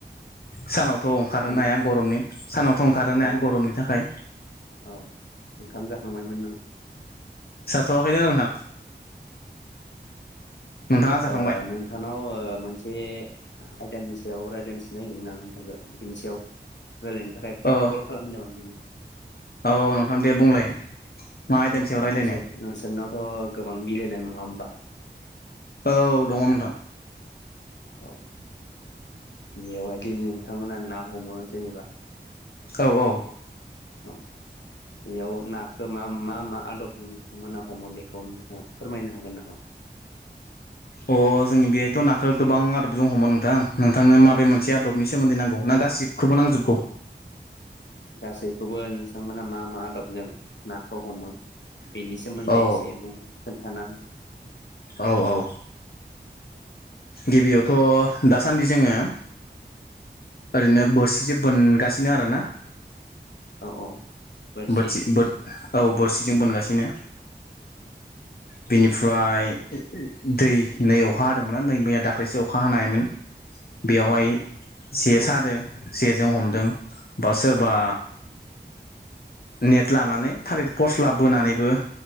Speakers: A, on the left; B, on the left.
A: सानावथ' ओंखारनो
B: ओंखाम
A: हाया गरमनि। सानावथ' ओंखारोना
B: औ औ
A: गरमनि थाखाय।
B: औ ओंखाम जाखांबायमोननाव
A: जाथ'वाखै नोंथां। नोंथाङा जाखांबाय
B: आ नों नोंथानाव मोनसे आयदानि सायाव रायज्लायनोस नागिरदोंमोन आं नोंथांखौ बिनिसयाव रायलायनो थाखाय
A: औ
B: कल खालामदोंमोन मोन।
A: औ नोंथां दे बुंलाय। मा आयदानि सायाव रायलायनो
B: नोंसोर नोंसोरनावथ' गोबां मिलायदों नङा होमबा?
A: औ दङ' नोंथां
B: औ बेवहायदि नोंथांमोना ना हमो जेनेबा
A: औ औ
B: औ बेयाव नाखौ मा मा मा आदबजों नोंथांमोना हमो बेखौ नोंथाङा फोरमायनो हागोन नामा?
A: अ जोंनि बेहायथ' नाखो गोबां आदबजों हमो नोंथां नोंथांनो माबे मोनसे आदबनि सोमोन्दै नांगौ ना गासि खोबो नांजोबगौ
B: गासैखौबो नोंसांमोना मा मा आदबजों नाखौ हमो बेनि सोमोन्दै
A: औ
B: एसे बुं खोन्थाना हो
A: औ औ गिबियावथ' दासान्दि जोङो ओरैनो बोरसिजो बोनगासिनो आरोना
B: औ औ बोरसि
A: बोथि बोद औ बोरसिजों
B: उम
A: बोनगासिनो बिनिफ्राय दै नै अखा हादोंमोन नै मैया दाख्लैसो अखा हानायमोन बेयावहाय
B: औ
A: जे
B: औ
A: सादो जेजों हमदों बा सोरबा
B: औ
A: नेट लानानै थालिर फर्सला बोनानैबो